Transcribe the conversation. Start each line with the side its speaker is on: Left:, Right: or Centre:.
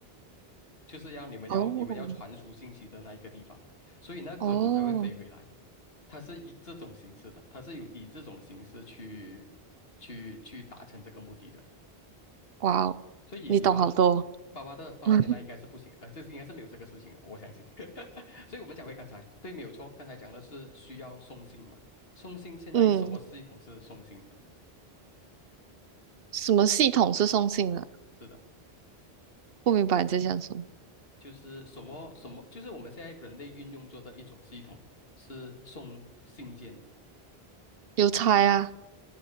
Left: 就是要你们要你们要传输信息的那一个地方，
Right: 哦
Left: 所以那鸽子才会飞回来。
Right: 哦，
Left: 它是以这种形式的，它是有以这种形式去去去达成这个目的的。
Right: 哇哦，
Left: 所以你爸爸的
Right: 你懂好多。
Left: 爸爸的爸爸年代应该是不行，
Right: <laughs>
Left: 呃，这是应该是没有这个事情的，我相信。<laughs> 所以我们讲回刚才，对，没有错，刚才讲的是需要送信嘛，送信现在什么系统是送信的？
Right: 嗯，什么系统是送信的？
Left: 是的，
Right: 不明白你在讲什么。
Left: 就是什么什么，就是我们现在人类运用做的一种系统是送信件
Right: 邮差啊，